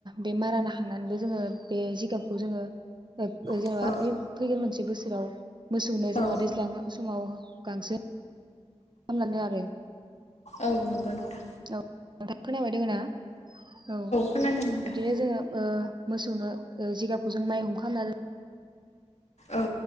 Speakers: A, on the right; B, on the left.
A: बे मारा नाखांनानैबो जोङो बे जिगाबखौ जोङो जेनेबा
B: औ
A: ओइ फैगोन मोनसे बोसोराव मोसौनो जेनेबा
B: औ
A: दैज्लां समाव गांसो खामना दिनो आरो।
B: औ नंगौ नोंथां।
A: औ नोंथां खोनाबाय दङ ना? औ
B: खोनादों नोंथां
A: बिदिनो जोङो ओ मोसौनो ओ जिगाबखौ जों माइ हुम खामना
B: औ।